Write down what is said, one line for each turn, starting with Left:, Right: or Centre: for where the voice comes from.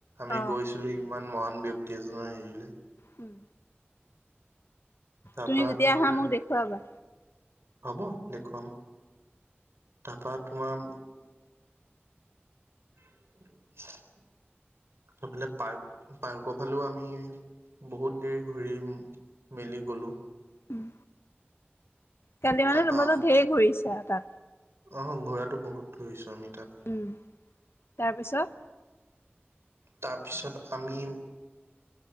Right: আমি
Left: অ
Right: গৈছিলো ইমান মহান ব্যক্তি এজনৰ হেৰিলে
Left: উম
Right: তাৰ
Left: তুমি
Right: পৰা
Left: যেতিয়া
Right: তোমাৰ
Left: আহা মোক দেখুৱাবা
Right: হ'ব দেখুৱাম তাৰপা তোমাৰ <unintelligible> ফালে পাৰ্ক পাৰ্কৰ ফালেও আমি বহুত দেৰি ঘূৰি মেলি গলো
Left: উম কালি মানে
Right: তাৰপা
Left: তোমালোক ঢেৰ ঘূৰিছা তাত
Right: অ ঘূৰাতো বহুত ঘূৰিছো আমি তাত
Left: উম তাৰ পিছত
Right: তাৰপিছত আমি